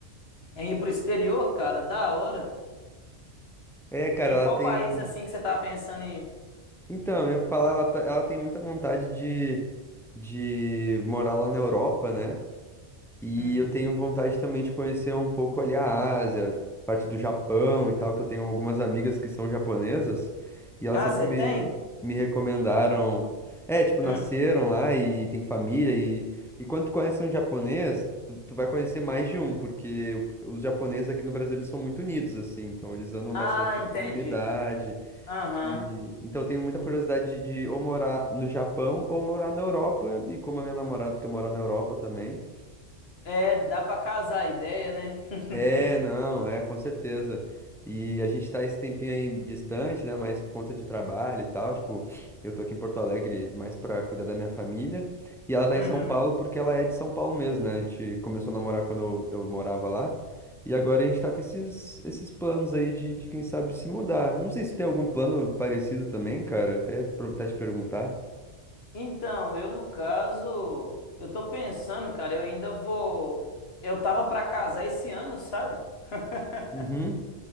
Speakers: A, on the left; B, in the centre.
A: em ir pro exterior, cara? Da hora.
B: É, cara,
A: E
B: ela
A: qual
B: tem.
A: país assim que você tá pensando em ir?
B: Então, eu ia falar, ela, tá- ela tem muita vontade de, de morar lá na Europa, né? E
A: Uhum.
B: eu tenho vontade também de conhecer um pouco ali a Ásia, parte do Japão e tal, que eu tenho algumas amigas que são japonesas e elas
A: Ah,
B: sempre
A: você
B: me,
A: tem?
B: me recomendaram. É, tipo, nasceram
A: Hum.
B: lá e tem família. E, e quando tu conhece um japonês, tu, tu vai conhecer mais de um, porque os japoneses aqui no Brasil eles são muito unidos, assim, então eles andam
A: Ah,
B: bastante
A: entendi.
B: em comunidade.
A: Aham.
B: E, então, eu tenho muita curiosidade de, de ou morar no Japão ou morar na Europa, e como a minha namorada quer morar na Europa também.
A: É, dá pra casar a ideia, né? <laughs>
B: É, não, é, com certeza. E a gente tá esse tempinho aí distante, né? Mas por conta de trabalho e tal. Tipo, eu tô aqui em Porto Alegre mais pra cuidar da minha família. E ela tá
A: Uhum.
B: em São Paulo porque ela é de São Paulo mesmo, né? A gente começou a namorar quando eu, eu morava lá. E agora a gente tá com esses, esses planos aí de, de, quem sabe, se mudar. Não sei se tem algum plano parecido também, cara. Até aproveitar e te perguntar.
A: Então, eu no caso, eu tô pensando, cara, eu ainda vou. Eu tava pra casar esse ano, sabe? <laughs>
B: Uhum.